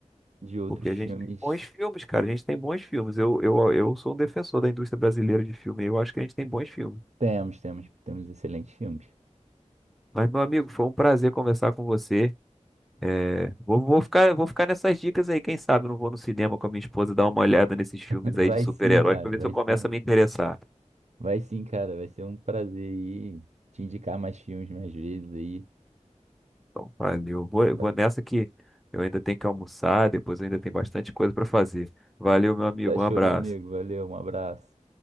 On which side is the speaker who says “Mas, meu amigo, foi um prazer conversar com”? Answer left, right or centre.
Centre